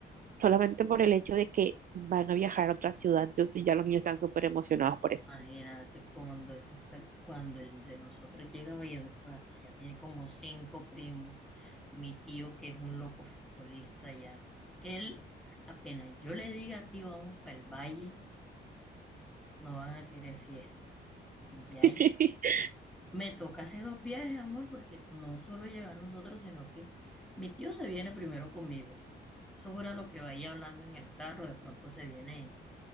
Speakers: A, on the right; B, in the centre.
A: solamente por el hecho de que van a viajar a otra ciudad, entonces ya los niños están súper emocionados por eso.
B: Imagínate cuando esos, pel- cuando el de nosotros llega a Valledupar, ya tiene como cinco primos, mi tío que es un loco futbolista ya, que él, apenas yo le diga tío, vamos para el valle, no van a querer fiesta. Ya
A: <laughs>
B: Me toca hacer dos viajes, amor, porque no solo llegar nosotros, sino que mi tío se viene primero conmigo. Eso era lo que vaya hablando en el carro. De pronto se viene